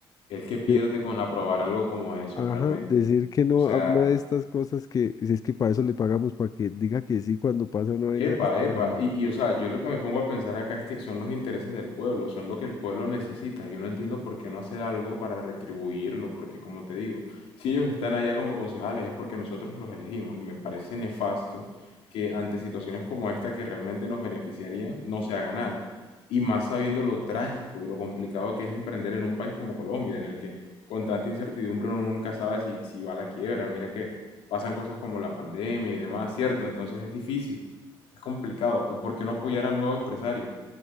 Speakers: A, on the left (about 85°); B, on the left (about 40°).
A: El que pierde
B: De,
A: con aprobar algo como eso
B: ajá,
A: realmente.
B: decir que no
A: O sea,
B: a una de estas cosas que, si es que para eso le pagamos, para que diga que sí cuando pasa una vaina
A: Epa,
B: de esta,
A: epa.
B: hermano.
A: Y, y, o sea, yo lo que me pongo a pensar acá es que son los intereses del pueblo, son lo que el pueblo necesita. Yo no entiendo por qué no hacer algo para retribuirlo, porque como te digo, si ellos están allá como concejales es porque nosotros los elegimos y me parece nefasto que ante situaciones como esta que realmente nos beneficiarían no se haga nada. Y más sabiendo lo trágico y lo complicado que es emprender en un país como Colombia, en el que con tanta incertidumbre uno nunca sabe si, si va a la quiebra. Mira que pasan cosas como la pandemia y demás, ¿cierto? Entonces es difícil. Es complicado. ¿Y por qué no apoyar al nuevo empresario